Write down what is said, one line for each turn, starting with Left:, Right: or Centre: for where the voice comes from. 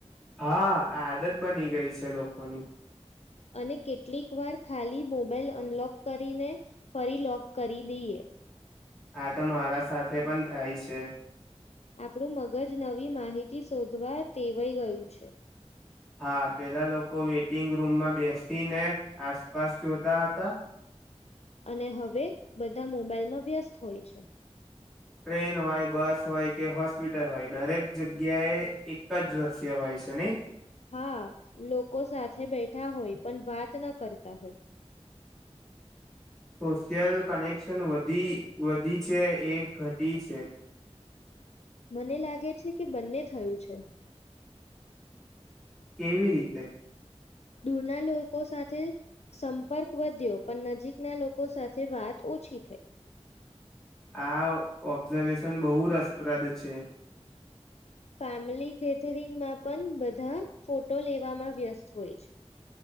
Centre: હા આદત બની ગઈ છે લોકોની
Left: અને કેટલીક વાર ખાલી મોબાઈલ અનલોક કરીને ફરી લોક કરી દઈએ
Centre: આ તો મારા સાથે પણ થાય છે
Left: આપણું મગજ નવી માહિતી શોધવા વાઈ ગયું છે
Centre: હા પેલા લોકો વેઇટિંગ રૂમમાં બેસીને આસપાસ જોતા હતા
Left: અને હવે બધા મોબાઈલમાં વ્યસ્ત હોય છે
Centre: ટ્રેન હોય બસ હોય કે હોસ્પિટલ હોય દરેક જગ્યાએ એક જ દશ્ય હોય છે નહી
Left: હા લોકો સાથે બેઠા હોય પણ વાત ન કરતા હોય
Centre: સોશિયલ કનેક્શની વધી છે એ ઘટી છે
Left: મને લાગે છે કે બંને થયું છે
Centre: કેવી રીતે
Left: દૂરના લોકો સાથે સંપર્ક વધ્યો પણ નજીકના લોકો સાથે વાત ઓછી થઈ
Centre: આ ઓબ્ઝર્વેશન બહુ રસપ્રદ છે
Left: ફેમિલી ગેધરિંગમાં પણ બધા ફોટો લેવામાં વ્યસ્ત હોય છે